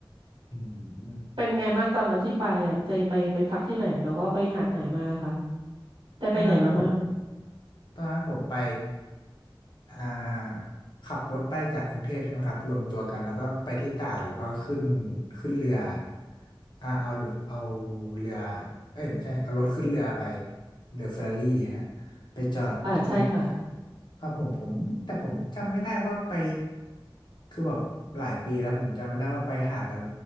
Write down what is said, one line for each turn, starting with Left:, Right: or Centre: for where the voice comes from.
Left: อืม
Right: เป็นยังไงบ้างตอนนั้นที่ไปอะใจไปไปพักที่ไหนแล้วก็ไปหาดไหนมาคะได้ไปไหนมามั่ง
Left: ตอนนั้นผมตอนนั้นผมไปอ่าขับรถไปจากกรุงเทพใช่ไหมครับรวมตัวกันแล้วก็ไปที่ตราดแล้วก็ขึ้นขึ้นเรืออ่าเอาเอาเรือเอ้ยไม่ใช่เอารถขึ้นเรือไปเรือเฟอร์รารี่ฮะไปจอดที่นู่น
Right: อ่าใช่ค่ะ
Left: ครับผมผมแต่ผมจำไม่ได้ว่าไปคือแบบหลายปีแล้วผมจำไม่ได้ว่าไปหาดอะ